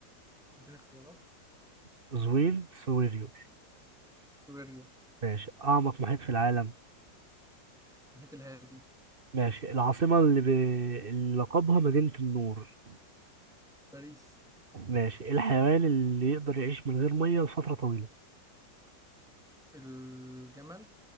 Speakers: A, in the centre; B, on the right.
A: ادينا اختيارات
B: قزوين سويري
A: سوبريور
B: ماشي أعمق محيط في العالم
A: المحيط الهادي
B: ماشي العاصمة اللي, ب... اللي لقبها مدينة النور
A: باريس
B: ماشي الحيوان اللي يقدر يعيش من غير مية لفترة طويلة
A: الجمل